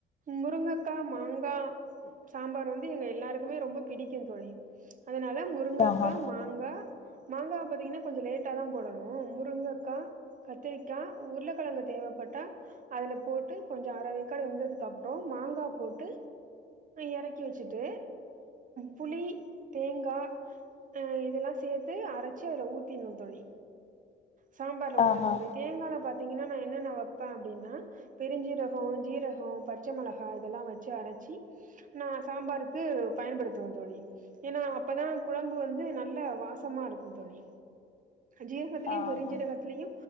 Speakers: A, on the right; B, on the left.
A: முருங்கக்கா மாங்கா சாம்பார் வந் எங்க எல்லாருக்குமே ரொம்ப பிடிக்கும் தோழி அதனால முருங்கைக்கா
B: ஆஹா
A: மாங்கா மாங்கா பாத்தீங்கன்னா கொஞ்சோ லேட்டா தா போடணோ முருங்கைக்கா கத்திரிக்கா உருளக்கெழங்கு தேவைப்பட்டா அதுல போட்டு கொஞ்சோ அரவேக்காடு வெந்ததுக்கு அப்பறம் மாங்கா‌ போட்டு இறக்கி க்கி வெச்சுட்டு புளி தேங்கா இதெல்லா சேத்து அரச்சு அதுல ஊத்திட்னோ தோழி சாம்பார்ல ஊத்துனோ
B: ஆஹா
A: தோழி தேங்கால பாத் பாத்தீங்கனா நா என்னன்ன வைப்பே அப்படீனா பெருஞ்சீரகோ ஜீரகோ பச்ச மிளகா இதெல்லா வெச்சு அரச்சி நா சாம்பாருக்கு பயன்படுத்துவேன் தோழி ஏன்னா அப்பதா குழம்பு வந்து நல்ல வாசமா இருக்கோ தோழி ஜீர அதுலயோ
B: ஆஹா
A: பெருஞ்சீ ரகத்திலயு